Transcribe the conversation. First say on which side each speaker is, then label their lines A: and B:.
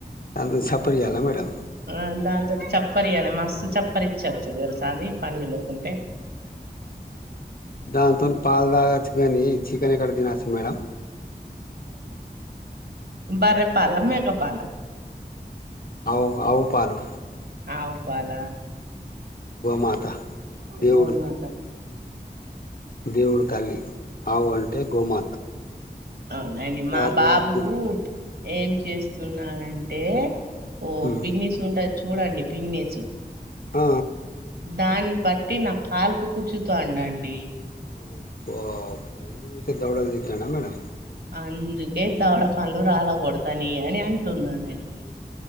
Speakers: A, on the left; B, on the right.
A: అందుకు చప్పరియాల మేడం
B: ఆ దాంతో చప్పరియాలి మస్తు చప్పరి ఇచ్చచ్చు తెలుస అది పనులు లేకుంటే
A: దానితోని పాలు తాగచ్చు కానీ చికెన్ ఎక్కడ తినచ్చు మేడం
B: బర్రె పాల మేక పాల
A: అవు అవు పాలు
B: ఆవు పాల
A: గోమాత దేవుడు
B: గోమాత
A: దేవుడు తల్లి ఆవు అంటే గోమాత
B: అవునండి మా
A: బర్రె
B: బాబు
A: అద్దు
B: ఏం చేస్తున్నాడంటే ఓ
A: హ్మ్
B: పిన్నిస్ ఉంటది చూడండి పిన్నిస్
A: ఆ
B: దాన్ని బట్టి నా కాలుకు <unintelligible>
A: <unintelligible>
B: అందుకే దవడ పలు రాలకూడతానని అంటున్నానండి